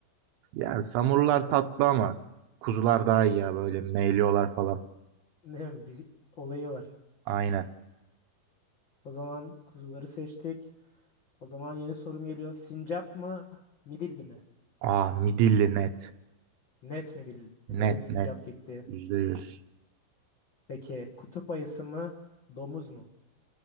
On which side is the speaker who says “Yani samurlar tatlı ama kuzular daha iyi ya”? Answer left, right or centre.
Right